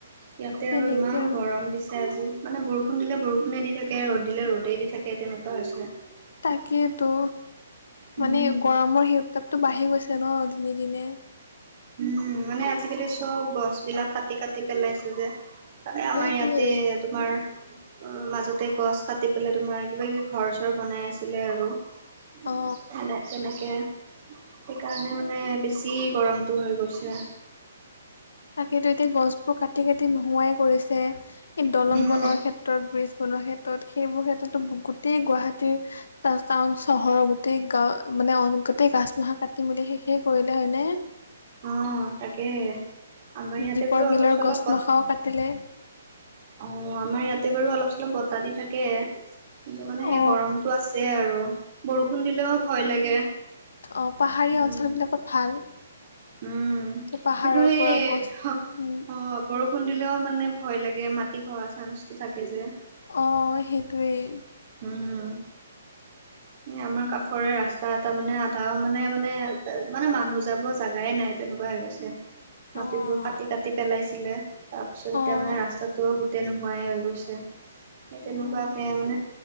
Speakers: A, on the right; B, on the left.
A: ইয়াতে
B: তেনেকে
A: আৰু ইমান
B: আৰু।
A: গৰম দিছে আজি। মানে বৰষুণ দিলে বৰষুণে দি থাকে ৰ'দ দিলে ৰ'দেই দি থাকে তেনেকুৱা হৈছে।
B: তাকেইেতো
A: উম
B: মানে গৰমৰ সেই উত্তাপটো বাঢ়ি গৈছে ন' দিনে দিনে।
A: উম, মানে আজিকালি চব গছ বিলাক কাটি কাটি পেলাইছে যে। আমাৰ
B: সেইটোৱেই
A: ইয়াতে তোমাৰ মাজতে গছ কাটি পেলাই তোমাৰ কিবা কিবি ঘৰ চৰ বনাই আছিলে আৰু। উম,
B: অ।
A: তেনে তেনেকে সেইকাৰণে মানে বেছি গৰম টো হৈ গৈছে।
B: তাকেইো এতিয়া গছ বোৰ কাটি কাটি নোহোৱাই কৰিছে এই দলং
A: উম
B: বনোৱাৰ ক্ষেত্ৰত ব্ৰ্ৰীজ বনোৱাৰ ক্ষেত্ৰত সেইবোৰ ক্ষেত্ৰতো গোটেই গুৱাহাটীৰ টাউন চহৰৰ গোটেই গাঁও মানে গোটেই গাছ মোহা কাটি মেলি শেষেই কৰিলে হ'য়নে?
A: অ', তাকে হে আমাৰ ইয়াতে
B: দীপৰ
A: বাৰু
B: বিলৰ
A: অলপ চলপ ব
B: <unintelligible> কাটিলে
A: অ', আমাৰ ইয়াতে বাৰু অলপ চলপ বতাহ দি থাকে। কিন্তু মানে
B: অ
A: সেই গৰমতটো আছে আৰু বৰষুণ দিলেও ভয় লাগে।
B: অঁ', পাহাৰীয়া
A: উম,
B: অঞ্চলবিলাকত ভাল।
A: উম,
B: পাহাৰৰ
A: কিন্তু সেই
B: পৰা গছ
A: অ',
B: উম
A: বৰষুন দিলেও মানে ভয় লাগে মাটি খহা চাঞ্চটো থাকে যে।
B: অ', সেইটোৱেই।
A: উম। এ আমাৰ কাষৰে ৰাস্তা এটা মানে আধা মানে মানে মানে মানুহ যাব জাগাই নাই। তেনেকুৱা হৈ গৈছে মাটিবোৰ
B: অ',
A: কাটি কাটি পেলাইছিলে। তাৰ পিছত এতিয়া
B: অ',
A: মানে ৰাস্তাটোও গোটেই নোহোৱাই হৈ গৈছে, সেই তেনেকুৱাকে
B: উম,
A: মানে